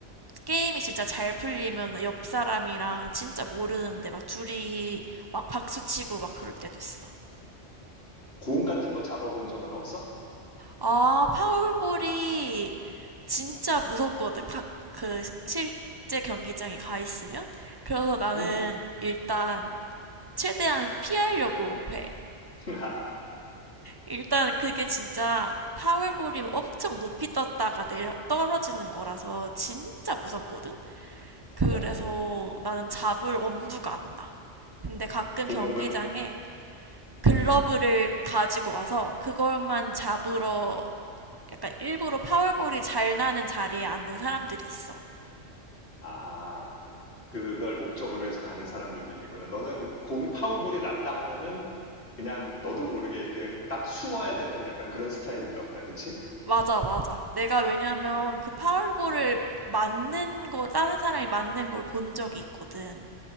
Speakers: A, on the right (about 30°); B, on the left (about 55°).
A: 게임이 진짜 잘 풀리면 옆 사람이랑 진짜 모르는데 막 둘이 막 박수치고 막 그럴 때도 있어.
B: 공 같은 거 잡아본 적은 없어?
A: 아, 파울볼이 진짜 무섭거든. 각, 그 시- 실제 경기장에 가 있으면. 그래서 나는
B: 음,
A: 일단 최대한 피하려고 해.
B: <laughs>
A: 일단 그게 진짜 파울볼이 엄청 높이 떴다가 내려 떨어지는 거라서 진짜 무섭거든? 그래서
B: 어,
A: 나는 잡을 엄두가 안 나. 근데 가끔
B: 공
A: 경기장에
B: 오면은,
A: 글러브를 가지고 와서 그걸만 잡으러 약간 일부러 파울볼이 잘 나는 자리에 앉는 사람들이 있어.
B: 아하, 그걸 목적으로 해서 가는 사람들도 있겠구나. 너는 공이 파울볼이 났다 하면은 그냥 너도 모르게 이렇게 딱 숨어야 되는 약간 그런 스타일인가 보다. 그치?
A: 맞아, 맞아. 내가 왜냐면 그 파울볼을 맞는 거, 다른 사람이 맞는 걸 본 적이 있거든.